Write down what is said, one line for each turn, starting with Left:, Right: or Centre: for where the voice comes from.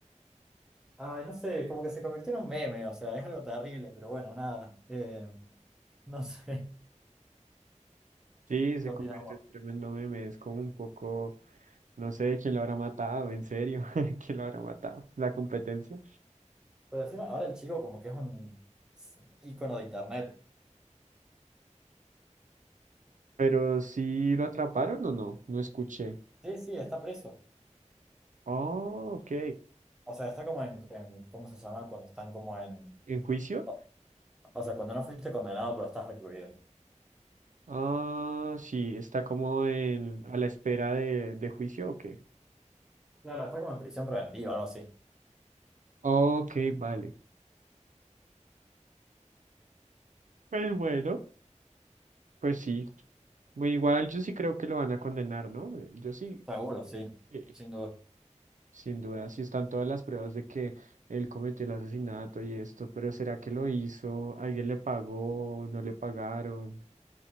Centre: Ay, no sé, como que se convirtió en un meme, o sea, es algo terrible, pero bueno, nada. eh, no sé,
Right: Sí,
Centre: <laughs>
Right: se
Centre: ¿qué opinas
Right: convierte
Centre: vos?
Right: en tremendo meme. Es como un poco, no sé, quién lo habrá matado, en serio, <laughs> quién lo habrá matado, la competencia.
Centre: Pero encima, ahora el chico como que es un ícono de internet.
Right: Pero sí lo atraparon o no, no escuché.
Centre: Sí, sí, está preso.
Right: Oh, ok.
Centre: O sea, está como en, en- ¿cómo se llama? Cuando están como en...
Right: ¿En juicio?
Centre: O o sea, cuando no fuiste condenado, pero estás recluido.
Right: Ah, sí, está como en, a la espera de, de juicio o qué.
Centre: Claro, está como en prisión preventiva, algo así.
Right: Ok, vale. Pues bueno, pues sí. Bueno, igual yo sí creo que lo van a condenar, ¿no? Eh, Yo sí.
Centre: Seguro,
Right: sí,
Centre: sí,
Right: sí.
Centre: sin duda.
Right: Sin duda, sí están todas las pruebas de que él cometió el asesinato y esto, pero ¿será que lo hizo? ¿Alguien le pagó? ¿No le pagaron?